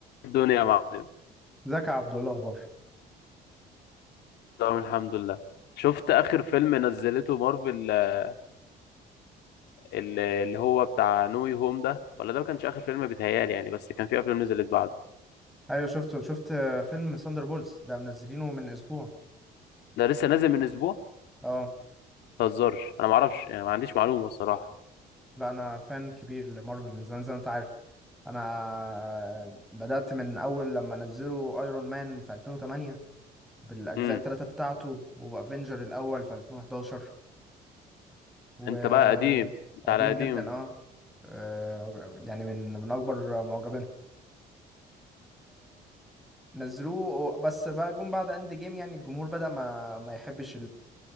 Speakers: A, on the left; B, in the centre.
A: الدنيا يا معلم
B: ازيك يا عبدو ايه الاخبار
A: تمام الحمد لله شفت اخر فيلم نزلته مارفل آه، ال- اللي هو بتاع نوي هوم ده ولا ده ما كانش اخر فيلم بيتهيالي يعني بس كان في افلام نزلت بعده
B: ايوه شفته شفت فيلم ساندر بولز ده منزلينه من اسبوع
A: ده لسه نازل من اسبوع
B: اه
A: ما تهزرش انا ما اعرفش يعني ما عنديش معلومه الصراحه
B: لا انا فان كبير لمارفل من زمان زي ما انت عارف انا بدأت من اول لما نزلوا ايرون مان في 2008 بالاجزاء
A: امم
B: الثلاثه بتاعته وافنجر الاول في 2011 وقديم
A: انت بقى قديم انت على قديم
B: جدا اه آه، يعني من من اكبر معجبينه ونزلوه بس بقى جم بعد اند جيم يعني الجمهور بدأ ما ما يحبش